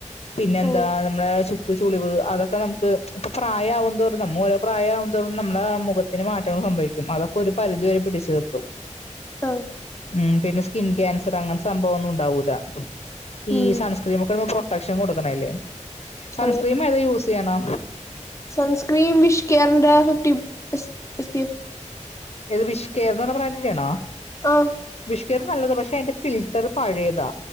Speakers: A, on the left; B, on the left.
A: പിന്നെ എന്താ
B: ഓ
A: നമ്മുടെ ചുക്ക് ചുളിവ് അതൊക്കെ നമുക്ക് ഇപ്പൊ പ്രായമാവതോറും നമ്മൾ ഓരോ പ്രായമാവും തോറും നമ്മുടെ മുഖ ത്തിന് മാറ്റങ്ങൾ സംഭവിക്കും അതൊക്കെ ഒരു പരിധി വരെ പിടിച്ചു നിർത്തും
B: ആ
A: ഉം പിന്നെ സ്കിൻ ക്യാൻസർ അങ്ങനത്തെ സംഭവം ഒന്നും ഉണ്ടാവൂല ഈ
B: ഉം
A: സൺസ് ക്രീമൊക്കെ പ്രൊട്ടക്ഷൻ കൊടുക്കണല്ലേ സൺസ്ക്രീം
B: അതെ
A: ഏതാ യൂസ് ചെയ്യണെ?
B: സൺസ്ക്രീൻ വിഷ് കെയറിന്റെ ഫിഫ്റ്റി എസ് പി എഫ്
A: ഏത് വിഷ് കെയർ എന്ന് പറയണ ബ്രാൻഡിന്റെയാണോ?
B: ആ
A: വിഷുകെയർ നല്ലതാ പക്ഷെ അതിന്റെ ഫിൽട്ടർ പഴയതാ